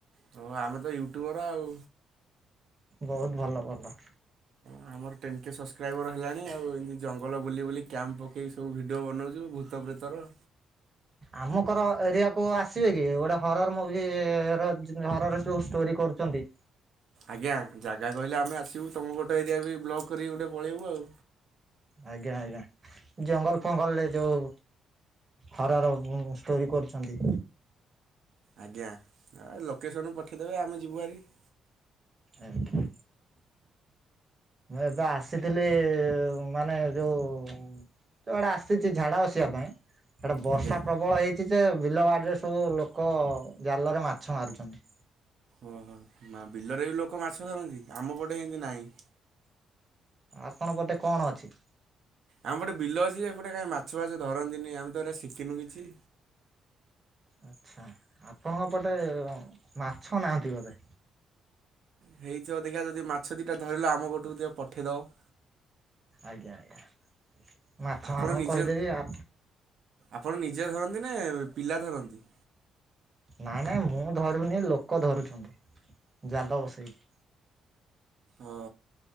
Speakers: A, on the right; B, on the right.
A: ହଉ ଆମେ ତ ୟୁଟ୍ୟୁବର ଆଉ
B: ବହୁତ ଭଲକଥା।
A: ହଁ ମୋର ଟେନ୍ କେ ସବସ୍କ୍ରାଇବର ହେଲାଣି ଆଉ ଏମିତି ଜଙ୍ଗଲ ବୁଲି ବୁଲି କ୍ୟାମ୍ପ ପକେଇି ସବୁ ଭିଡ଼ିଓ ବନଉଜୁ ଭୂତ ପ୍ରେତ ର।
B: ଆମକର ଏରିଆକୁ ଆସିବେ କି ଗୋଟେ ହରର ମୁଭି ର ହରର ଯୋଉ ଷ୍ଟୋରି କରୁ ଚନ୍ତି।
A: ଆଜ୍ଞା ଜାଗା କହିଲେ ଆମେ ଆସିବୁ ତୁମ ପଟ ଏରିଆ ବି ବ୍ଲଗ କରିକି ଗୋଟେ ପଳେଇବୁ ଆଉ।
B: ଆଜ୍ଞା ଆଜ୍ଞା ଜଙ୍ଗଲ ଫଙ୍ଗଲ ରେ ଯୋଉ ହରର ଷ୍ଟୋରି କରୁଚନ୍ତି?
A: ଆଜ୍ଞା ଲୋକେସନ୍ ପଠାଇଦେବେ ଆମେ ଯିବୁ ଆରି -
B: ଆଜ୍ଞା। ମୁଁ ଏବେ ଆସିଥିଲି ମାନେ ଯୋଉ ଜୁଆଡ଼େ ଆସିଚି ଝାଡ଼ା ବସିବା ପାଇଁ ସେଟା ବର୍ଷା
A: ଆଜ୍ଞା।
B: ପ୍ରବଳ ହେଇଚି ଯେ ବିଲ ବାଡିରେ ସବୁ ଲୋକ ଜାଲରେ ମାଛ ମାରୁଚନ୍ତି।
A: ଓହୋ ମା ବିଲରେ ବି ଲୋକ ମାଛ ଧରନ୍ତି ଆମ ପଟେ ହେନ୍ତି ନାହିଁ।
B: ଆପଣଙ୍କ ପଟେ କଣ ଅଛି?
A: ଆମ ପଟେ ବିଲ ଅଛି ଏପଟେ କାହିଁ ମାଛ ଫାଛ ମାଛ ଧରନ୍ତିନି ଆମେ ତ ଏରା ଶିଖିନୁ କିଛି।
B: ଆଚ୍ଛା ଆପଣଙ୍କ ପଟେ ମାଛ ନାହାଁନ୍ତି ବୋଧେ?
A: ହେଇଚି ଦେଖିବା ଯଦି ମାଛ ଦିଇଟା ଧରିଲେ ଆମ ପଟକୁ ଦିଟା ପଠେଇଦବ।
B: ଆଜ୍ଞା ଆଜ୍ଞା ମାଛମାନଙ୍କୁ
A: ଆପଣ ନିଜେ
B: କହିଦେବି ଆ
A: ଆପଣ ନିଜେ ଧରନ୍ତି ନା ପିଲା ଧରନ୍ତି?
B: ନାଇଁ ନାଇଁ ମୁଁ ଧରୁନି ଲୋକ ଧରୁଚନ୍ତି ଜାଲ ବସେଇକି।
A: ଓ